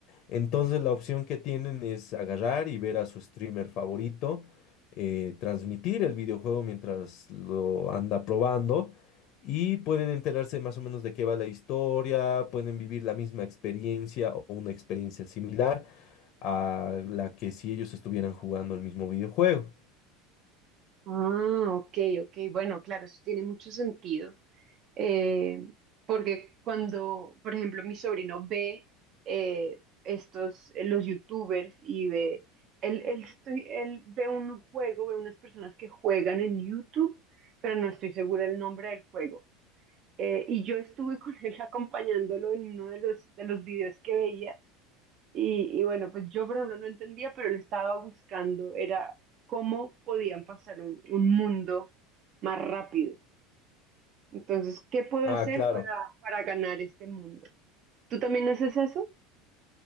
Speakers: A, on the left; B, on the right.
A: Entonces la opción que tienen es agarrar y ver a su streamer favorito, eh, transmitir el videojuego mientras lo anda probando y pueden enterarse más o menos de qué va la historia, pueden vivir la misma experiencia o una experiencia similar a la que si ellos estuvieran jugando el mismo videojuego.
B: Ah, ok, ok, bueno, claro, eso tiene mucho sentido. Eh, porque cuando, por ejemplo, mi sobrino ve eh, estos, eh, los youtubers y ve, él, él, estoy- él ve un juego, ve unas personas que juegan en YouTube pero no estoy segura el nombre del juego. Eh, y yo estuve con él <laughs> acompañándolo en uno de los, de los videos que veía. Y, y bueno, pues yo por ejemplo no entendía, pero lo estaba buscando, era cómo podían pasar un, un mundo más rápido. Entonces, ¿qué puedo
A: Ah,
B: hacer
A: claro.
B: para, para ganar este mundo? ¿Tú también haces eso?